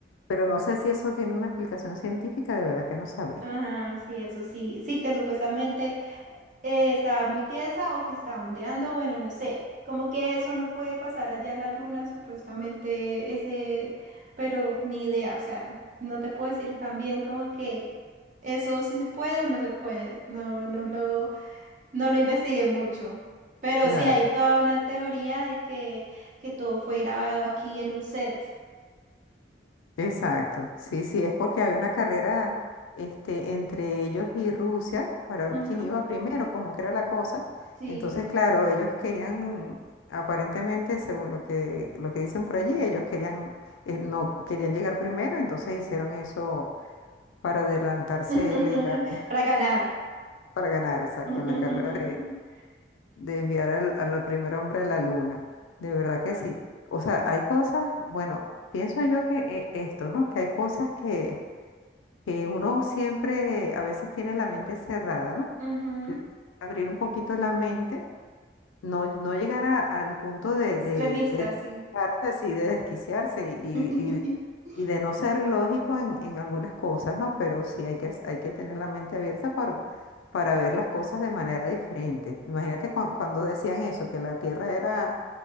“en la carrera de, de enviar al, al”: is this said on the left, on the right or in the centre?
Left